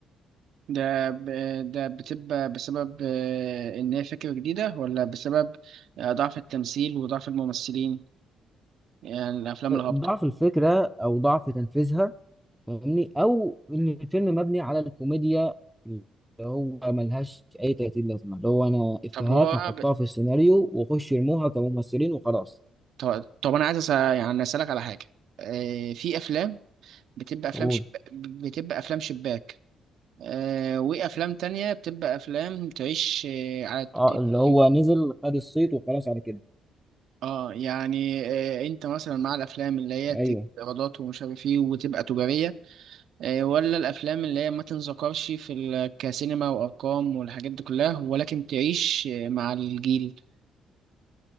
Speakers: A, on the right; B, in the centre.
A: ده ب... ده بتبقى بسبب آه، ان هي فكره جديده ولا بسبب آه، ضعف التمثيل وضعف الممثلين يعني الافلام الهابطه
B: ضعف الفكره او ضعف تنفيذها فاهمني او ان الفيلم مبني على الكوميديا اللي هو ملهاش اي 30 لازمه اللي هو انا افيهات
A: طب هو
B: هحطها
A: ب...
B: في السيناريو واخش يرموها كممثلين وخلاص
A: طب طب انا عايز أس... يعني اسالك على حاجه آه، في افلام بتبقى افلام
B: اقول
A: شب... بتبقى افلام شباك آه وافلام تانية بتبقى افلام تعيش آه على التلفزيون
B: اه اللي هو نزل خد الصيت وخلاص على كده
A: اه يعني آه انت مثلا مع الافلام اللي هي
B: ايوه
A: تجيب ايرادات ومش عارف ايه وتبقى تجارية آه ولا الافلام اللي هي ما تنذكرش في ال- كسينما وارقام والحاجات دي كلها ولكن تعيش آه مع الجيل